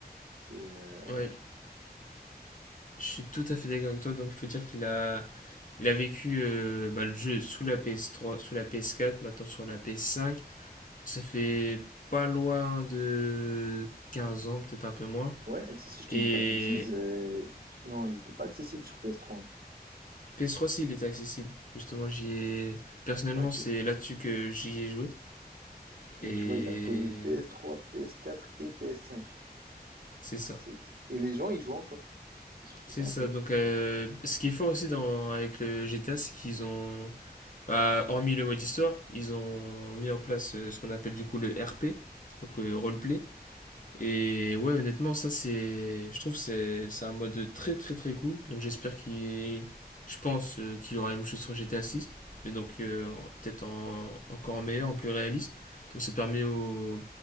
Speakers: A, on the right; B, on the left.
A: C'est, euh,
B: Ouais, je suis tout à fait d'accord avec toi. Donc il faut dire qu'il a, il a vécu euh, bah, le jeu sous la PS3, sous la PS4, maintenant sur la PS5. Donc ça fait pas loin de 15 ans, peut-être un peu moins.
A: ouais, si, si je te
B: Et
A: dis pas de bêtises, euh, non, il n'était pas accessible sur PS3. hein.
B: PS3, si, il était accessible. Justement, j'y ai... Personnellement,
A: Ouais, tu,
B: c'est là-dessus que j'y ai joué.
A: ouais,
B: Et
A: tu vois, il a connu PS3, PS4 et PS5.
B: c'est
A: Que c'est,
B: ça.
A: c'est... Et les gens, ils jouent encore. C'est surtout
B: C'est
A: ça, en
B: ça.
A: fait.
B: Donc, euh, ce qui est fort aussi dans... avec le GTA, c'est qu'ils ont... bah, hormis le mode histoire, ils ont mis en place euh, ce qu'on appelle du coup le RP, donc euh, roleplay. Et ouais, honnêtement, ça c'est, je trouve que c'est c'est un mode très très très cool. Donc j'espère qu'il, je pense euh, qu'il y aura la même chose sur GTA 6, mais donc euh, peut-être en- encore en meilleur, en plus réaliste. Donc ça permet aux,